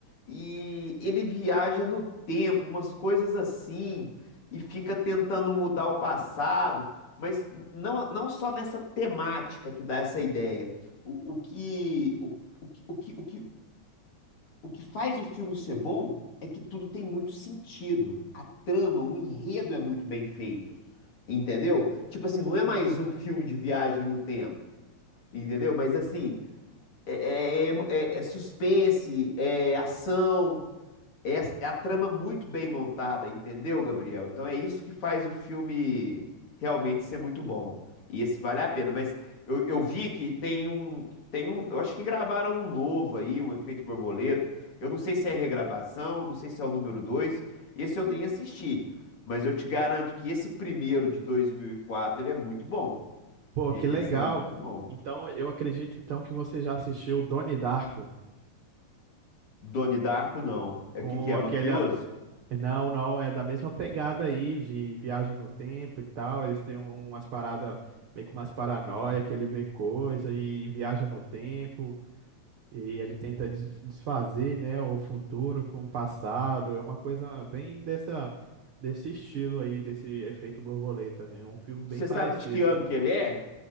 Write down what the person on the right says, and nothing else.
Pô,
que legal.
Então, eu acredito então que você já assistiu Donnie Darko
com
aquele.
a- Não, não, é da mesma pegada aí de viagem no tempo e tal. Eles têm umas paradas, meio que umas paranoia que ele vê coisa e viaja no tempo. E ele tenta des- desfazer, né, o futuro com o passado. É uma coisa bem dessa, desse estilo aí, desse efeito borboleta. É um filme bem
parecido.